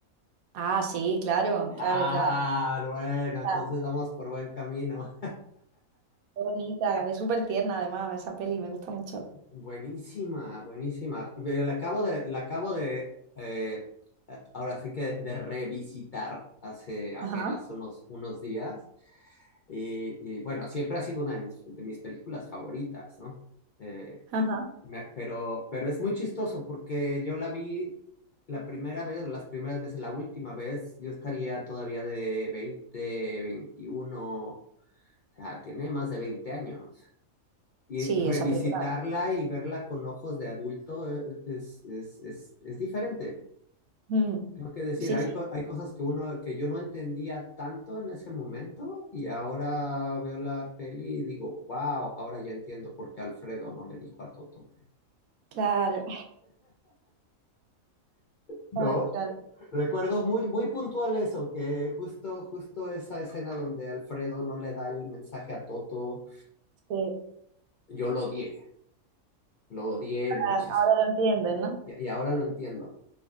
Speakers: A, on the right; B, on the left.
A: Ah, sí, claro,
B: <laughs>
A: claro,
B: Ah,
A: claro.
B: bueno, entonces
A: Ah,
B: vamos por buen camino.
A: Qué bonita, es súper tierna además esa peli, me gusta mucho.
B: Buenísima, buenísima. Ve, La acabo de, la acabo de eh, eh, ahora sí que de revisitar hace apenas
A: Ajá,
B: unos, unos días. Y, y, bueno, siempre ha sido una de mis, de mis películas favoritas, ¿no? Eh,
A: ajá.
B: me- pero, pero es muy chistoso porque yo la vi la primera vez, o las primeras veces, la última vez, yo estaría todavía de 20, 21, o sea, tiene más de 20 años. Y
A: Sí,
B: revisitarla
A: esa película.
B: y verla con ojos de adulto eh, es, es, es, es diferente.
A: Mm.
B: Tengo que decir,
A: Sí,
B: hay,
A: sí,
B: co- hay cosas que uno que yo no entendía tanto en ese momento y ahora veo la peli y digo, wow, ahora ya entiendo por qué Alfredo no le dijo a Toto que...
A: claro,
B: No,
A: <laughs> claro, claro.
B: recuerdo muy, muy puntual eso, que justo, justo esa escena donde Alfredo no le da el mensaje a Toto,
A: Sí.
B: yo lo odié, lo odié muchísimo
A: Ah, ahora lo entienden, ¿no?
B: y, y ahora lo entiendo.